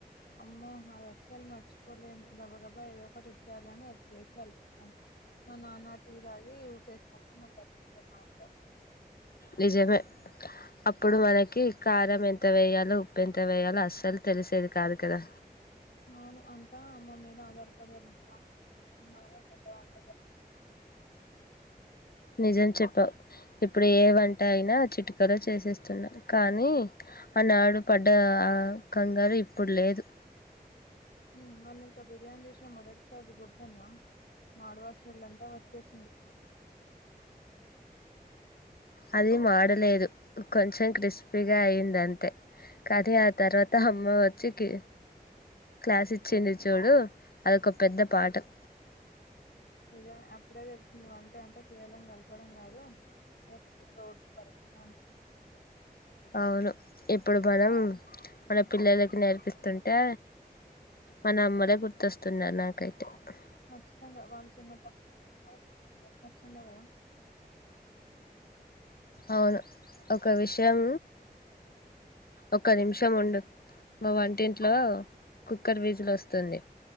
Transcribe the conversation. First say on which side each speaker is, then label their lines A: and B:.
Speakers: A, on the left (about 85°); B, on the left (about 65°).
A: అమ్మో అది అసలు మర్చిపోలేను, గబ గబా ఏదో ఒకటి ఇచ్చేయాలని, ఉప్పు వేసి కల్పేసాను. మా నాన్న టీతాగి ఉడ్చేసినప్పుడు నా పరిస్థితి <unintelligible>
B: నిజమే అప్పుడు మనకి కారం ఎంత వేయాలో, ఉప్పు ఎంత వేయాలో, అస్సలు తెలిసేది కాదు కదా
A: అవును అంతా అమ్మ మీద ఆదార్పాడెవాలం, కానీ ఇప్పుడు చూడు, మనమే పెద్ద వంట <unintelligible>
B: నిజం చెప్పావ్, ఇప్పుడు ఏ వంట అయినా చిటుకలో చేసేస్తున్నాం, కానీ ఆనాడు పడ్ డా కంగారు ఇప్ ఇప్పుడు లేదు
A: హ్మ్ మర్నింటో బిర్యానీ చేసిన మొదటి సారి గుర్తుతుందా. మాడు వాసనా ఇల్లంతా వచ్చేసింది.
B: అది మాడలేదు కొంచెం క్రిస్పీగా అయింది. అంతే కానీ ఆ తర్వాత అమ్మ వచ్చి కి క్లాస్ ఇచ్చింది. చూడు అదొక పెద్ద పాఠం
A: ఇయ అప్పుడే తెలుసింది వంటే అంటే కేవలం కలపడం కాదు అదొక పెద్ద <unintelligible> పరీక్షాని
B: అవును ఇప్పుడు, మనం మన పిల్లలకి నేర్పిస్తుంటే, మన అమ్మలే గుర్తొస్తున్నారు. నాకైతే హ్
A: నచ్చితంగా వాళ్ళు చిన్న తప్పు జేస్నం, వాళ్ళకి ఎంత కోపం వస్తుందో కదా
B: అవును ఒక విషయం ఒక నిమిషం ఉండు మా వంటింట్లో కుక్కర్ బీజిలు వస్తుంది.